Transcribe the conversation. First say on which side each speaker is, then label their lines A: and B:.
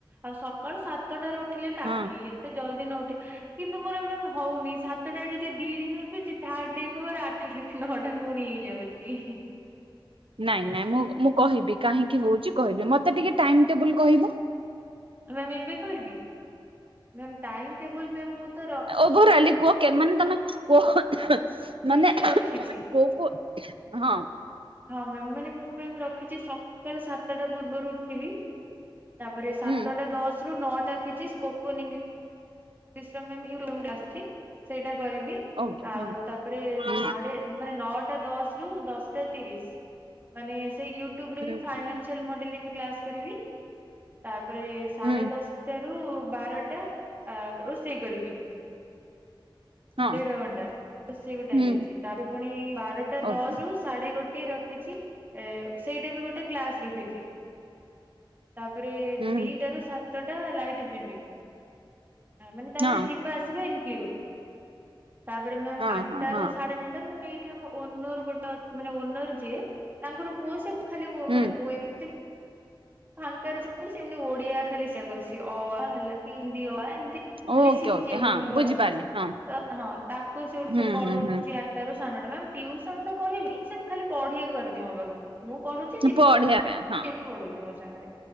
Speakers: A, on the right; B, on the right.
A: ଆଉ ସକାଳୁ ସତଟା ରୁ ଉଠି ଥିଲେ କାଖି
B: ହଁ।
A: ଏତେ ଜଲଦି ନ ଉଠେ କିନ୍ତୁ ମୋର ମ୍ୟାମ ହଉନି ସାତଟା ଯଦି ଦି ଦିନ ଉଠୁଛି ଥାଡ ଡେ କ ରାତି <inaudible> ନଅଟା ପୁଣି ହେଇଯାଉଛି।
B: ନାଇଁ ନାଇଁ ମୁଁ ମୁଁ କହିବି କାହିଁକି ହୋଉଛି କହିବି ମତେ ଟିକେ ଟାଇମ ଟେବୁଲ କହିବ।
A: ମ୍ୟାମ୍ ଏବେ କହିବି? ମାମ ଟାଇମ ଟେବୁଲ୍‌ ମୁଁ ତ
B: ଓଭର ଆଲି କୁହ କେ ମାନେ ତମେ କୁହ
A: କେମିତି
B: ମାନେ କ
A: ରଖିଛି
B: କ ହଁ।
A: ହଁ ମ୍ୟାମ୍ ମାନେ ମୁଁ ମ୍ୟାାମ ରଖିଛି ସକାଳ ସାତଟା ପୂର୍ବରୁ ଉଠିବି। ତାପରେ ସାତଟା
B: ହୁଁ
A: ଦଶ ରୁ ନଅଟା ରଖିଛି ସ୍ପୋକନ ଇଂଲି ଶ୍ର ମ୍ୟାମ ସେଇଟା କରିବି
B: ଓକେ
A: ଆଉ
B: ହଁ
A: ତାପରେ
B: ହୁଁ
A: ଥାର୍ଡ ମାନେ ନଅଟା ଦଶ ରୁ ଦଶଟା ତିରିଶ ମାନେ ସେଇ ୟୁଟ୍ୟୁବରେ
B: ହୁଁ
A: ହିଁ ଫାଇନାନ୍ସ ଚାଲ ମଡେଲିଙ୍ଗରେ କ୍ଲାସ କରିବି। ତାପରେ ସାଢେ
B: ହୁଁ
A: ଦ ଦଶ ଟାରୁ ବାରଟା ଆ ରୋଷେଇ କରିବି।
B: ହଁ
A: ଦେଢ ଘଣ୍ଟା ରୋଷେଇକୁ ଟାଇମ୍
B: ହୁଁ
A: ଦେଇଛି। ତାପରେ ପୁଣି ବାରଟା ଦଶରୁ
B: ଓକେ
A: ସାଢେ ଗୋଟେ ରଖିଛି ଏ ସେଇଟା ବି ଗୋଟେ କ୍ଳାସ ରଖିଛି। ତାପରେ
B: ହୁଁ
A: ଦିଟା ରୁ ସାତଟା ଲାଇଟ୍ ଯିବି। ମାନେ ତା
B: ହଁ
A: ଦେହରେ ଯିବା ଆସିବା ଇନକ୍ଲୁଡ। ତାପରେ ମ୍ୟାମ୍
B: ହଁ
A: ଆଠଟା
B: ହଁ ହଁ
A: ରୁ ସାଢେ ନଅଟା ମ୍ୟାମ ଏଇ ଠି ଆମ ଓନର ଗୋଟେ ଅ ମାନେ ଓନର ଯିଏ ତାଙ୍କର ପୁଅ ସେ ଖାଲି ମାନେ
B: ହୁଁ
A: ମୁ ଏମତି ଫାଙ୍କାରେ ଅଛି ବୋଲି ସେମିତି ଓଡିଆ ଖାଲି ସୋଗ ଅଛି ଅ ହେଲା କି ହିନ୍ଦୀ ଅ ଆ ଏମତି
B: ଓକେ
A: ଖାଲି ଶିଖିବାକୁ
B: ଓକେ ହଁ
A: ମୁ ପାଖକୁ
B: ବୁଝିପାରିଲି
A: ଆସୁଛି।
B: ହଁ
A: ତ ହଁ ତାକୁ ସେଠୁ
B: ହୁଁ
A: ପଢ଼ୋଉଛି
B: ହୁଁ ହୁଁ
A: ଆଠ ସାଢେ଼ ନଅଟା ମ୍ୟାମ କହିବିନି ସେ ଖାଲି ପଢିବାକୁ ଆଉଛି ମୋ ପାଖକୁ ମୁଁ ପଢୁଛି ସେ
B: ପଢ଼ିବା ପାଈଁ
A: ସେ ବି ପଢୁଛି ମୋ ସାଙ୍ଗରେ।